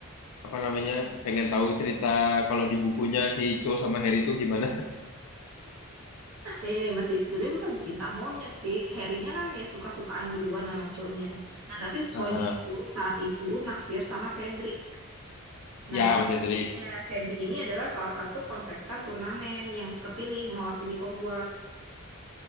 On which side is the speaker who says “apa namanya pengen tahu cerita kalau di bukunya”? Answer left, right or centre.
Left